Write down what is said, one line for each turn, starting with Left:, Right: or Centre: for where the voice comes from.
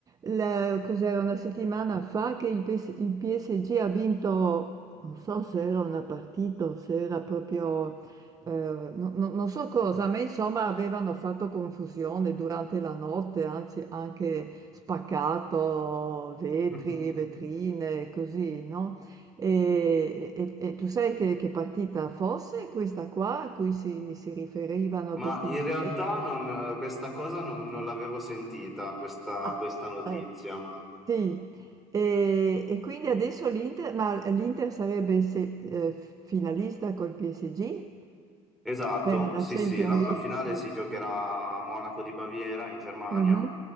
Right: la- cos'era una settimana fa, che il PS il PSG ha vinto, non so se era una partita o se era proprio Ehm, no no non so cosa, a me insomma avevano fatto confusione durante la notte, anzi anche spaccato vetri,
Centre: <laughs>
Right: vetrine, così, no, e e e tu sai che che partita fosse questa qua a cui si si riferivano
Centre: Ma
Right: questi
Centre: in
Right: inciden
Centre: realtà non, questa cosa non, non l'avevo sentita, questa,
Right: ah,
Centre: questa notizia.
Right: eh, sì, ehm, e quindi adesso l'Inter ma l'Inter sarebbe se ehm, f finalista col PSG
Centre: Esatto,
Right: per la
Centre: sì,
Right: Champions
Centre: sì, la,
Right: League,
Centre: la finale
Right: sì.
Centre: si giocherà a Monaco di Baviera in Germania
Right: Mh-mh,